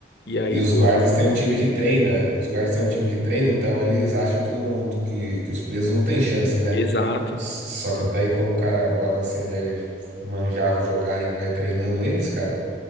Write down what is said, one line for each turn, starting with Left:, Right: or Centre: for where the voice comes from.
Left: E aí,
Right: E os
Left: pô,
Right: guardas
Left: é muito
Right: têm um time
Left: bom.
Right: que treina. Os guardas têm um time que treina, então eles acham que, não, que, que os presos não têm chance, né?
Left: Exato.
Right: Só que daí, como o cara, o Adam Sandler manjava jogar e vai treinando eles, cara,